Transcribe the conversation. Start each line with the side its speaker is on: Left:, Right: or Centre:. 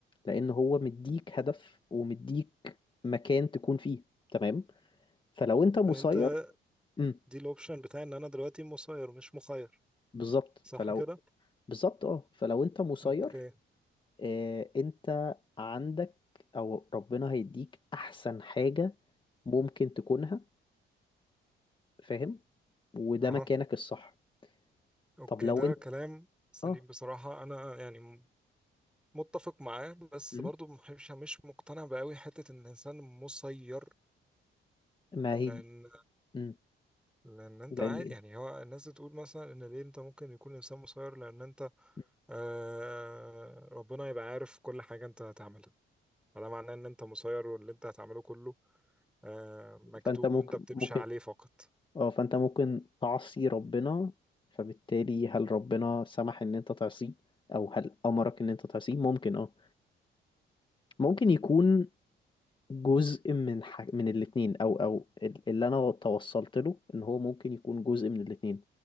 Left: لان هو مديك هدف ومديك مكان تكون فيه تمام فلو انت مسير
Centre: فانت
Left: امم
Centre: دي الاوبشن بتاعي ان انا دلوقتي مسير مش مخير
Left: بالظبط
Centre: صح
Left: فلو
Centre: كده
Left: بالظبط اه فلو انت مسير
Centre: اوكي
Left: آه، انت عندك او ربنا هيديك احسن حاجة ممكن تكونها فاهم وده
Centre: اها
Left: مكانك الصح
Centre: اوكي
Left: طب لو
Centre: ده
Left: انت
Centre: كلام سليم
Left: اه
Centre: بصراحة انا يعني م- متفق معاه بس
Left: مم.
Centre: برضو مش مش مقتنع بقوي حتة ان الانسان مسير
Left: ما هي
Centre: لان
Left: مم.
Centre: لان انت
Left: لان
Centre: عادي
Left: ايه
Centre: يعني هو الناس بتقول مثلا ان ليه انت ممكن يكون الانسان مسير لان انت
Left: مم.
Centre: آه ربنا يبقى عارف كل حاجة انت هتعملها فده معناه ان انت مسير واللي انت هتعمله كله آه، مكتوب
Left: فانت ممكن
Centre: وانت بتمشي
Left: ممكن
Centre: عليه فقط
Left: اه فانت ممكن تعصي ربنا فبالتالي هل ربنا سمح ان انت تعصيه او هل امرك ان انت تعصيه ممكن اه ممكن يكون جزء من ح... من الاتنين او او ال- اللي انا توصلت له ان هو ممكن يكون جزء من الاتنين